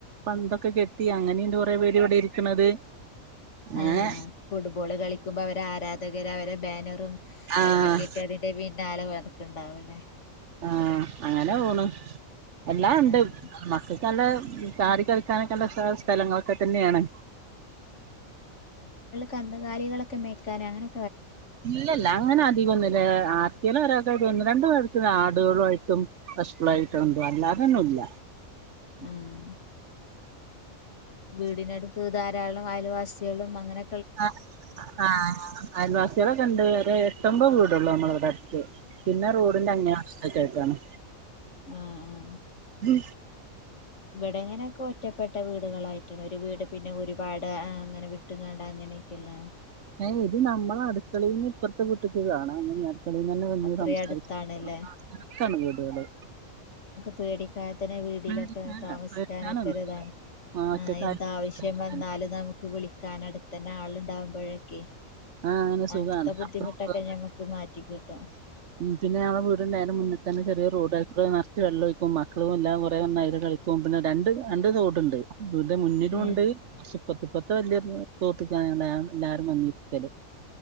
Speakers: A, on the right; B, on the left.
A: പന്തൊക്കെ കെട്ടി അങ്ങനിണ്ട് കൊറേ പേര് ഇവിടെ ഇരിക്ക്ണത് അങ്ങനെ
B: ആ ഫുട്ബോള് കളിക്കുമ്പോ അവര് ആരാധ രവരെ ബാനറും ഇതൊക്കെ
A: ആഹ്
B: കിട്ടി അതിന്റെ പിന്നാലെ <unintelligible> ക്കെ ണ്ടാവൂലേ
A: ആ അങ്ങനെ പോണു എല്ലാം ഉണ്ട്
B: ആഹ്
A: ഇമ്മാക്ക് നല്ല ചാടി കളിക്കാനൊക്കെല്ല സ സ്ഥലങ്ങളൊക്കെ തന്നേണ്
B: കന്ന്കാലികളൊക്കെ മേക്കാന് അങ്ങനെ
A: ഇല്ലല്ല അങ്ങനെ അധികൊന്നില്ല എ ആ <unintelligible> ഒരാക്കായിട്ട് ഒന്ന് രണ്ടു പേർക്ക് ആടു കൊളായിട്ടും പശുക്കളായിട്ടും ഉണ്ടും അല്ലാതൊന്നും ഇല്ല
B: ആഹ് വീടിനടുത്ത് ധാരാളം അയൽവാസികളും അങ്ങനെ
A: ആ ആ അയൽവാസികളൊക്കെ ഇണ്ട് ഒര് എട്ടൊമ്പഅ് വീ ടൊള്ളൂ നമ്മളവടട്ത്ത് പിന്നെ റോഡിന്റെ അങ്ങേ അ <unintelligible> ഒക്കെ ആയിട്ടാണ്
B: ആ ആ
A: ഉ
B: ഇവിടെങ്ങനൊക്കെ ഒ റ്റപ്പെട്ട വീടുകളായിട്ടാണ് ഒരു വീട് പിന്നെ ഒരുപാട് അ അങ്ങനെ വി ഇട്ട്ങ്ങാണ്ടാ അങ്ങനെയൊക്കെല്ലാ
A: അയ് ഇത് നമ്മള അടുക്കളേന്ന് ഇപ്പറത്തെ വീട്ടിക്ക് കാണാം അങ്ങനെയ ക്കളേന്നെന്നെ വന്ന്
B: അത്രയും
A: സംസാരിക്കാൻ
B: അടുത്താണല്ലേ
A: പറ്റും ആ <unintelligible> ത്താണ് വീടുകള്
B: പേടി <unintelligible> വീടിലൊക്കെ
A: പേടിക്കാന്
B: താമസിക്കാനൊക്കെ
A: പേടിക്കാനൊന്നുല്ല
B: ഒരുതാണ്.
A: ഒറ്റക്കായി
B: ആ എന്താവശ്യം
A: പേടിക്കാനൊന്നുല്ല
B: വന്നാലും നമുക്ക് വിളിക്കാൻ അടുത്തന്നെ ആള്ണ്ടാവുമ്പഴൊക്കെ
A: ആ അങ്ങനെ സുഖാണ്
B: അങ്ങൻത്തെ ബുദ്ധിമുട്ടൊക്കെ
A: അപ്പറോം ഇപ്പറോം
B: ഞമ്മക്ക് മാ റ്റിക്ക് ട്ടോ
A: ഉം പിന്നെ ഞങ്ങളെ വീടിൻ്റെ നേരെ മുന്ന് തന്നെ ചെറിയ റോഡ് അയ്ക്കൂടെ നർച്ച് വെള്ളം ഒഴിക്കും മക്കളും എല്ലാം കൊറേ ഒന്നയില് കളിക്കും പിന്നെ രണ്ട് രണ്ട് തോട്ണ്ട്. ഇത് മുന്നിലുണ്ട്
B: ഏഹ്
A: കുറച്ച് ഇപ്പത്തി ഇപ്പത്തെ വലിയ <unintelligible> <unintelligible> എല്ലാരും വന്നിരിക്കല്.